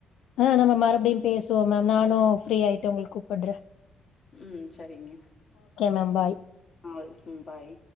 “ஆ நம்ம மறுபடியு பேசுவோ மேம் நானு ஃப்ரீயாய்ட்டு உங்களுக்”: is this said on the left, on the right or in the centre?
Left